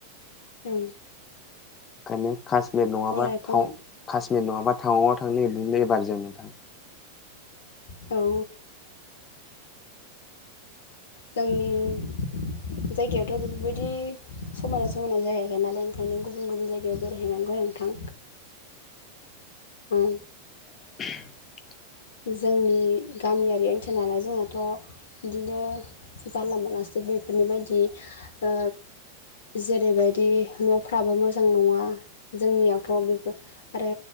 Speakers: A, on the left (about 60°); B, on the left (about 25°).
A: ओं
B: ओंखायनो काशमीर नङाबा
A: लाइफां
B: कशमीर नङाबा टाउनाव थांनो बिदिनो एबार जों नै नोंथां
A: औ जोंनि जायगायावथ' बेफोरबायदि समायना समायना जायगा गैया नालाय ओंखायनो गुबुन गुबुन जायगायाव बेरायहैनांगौ नोंथां ओ
B: <inaudible>
A: जोंनि गामियारि ओनसोल नालाय जोंनाथ' बिदिनो जानला मोनालासे बेफोरनि बायदि ओ जेरैबायदि न'फ्राबो मोजां नङा जोंनियावथ' बेफोर आरो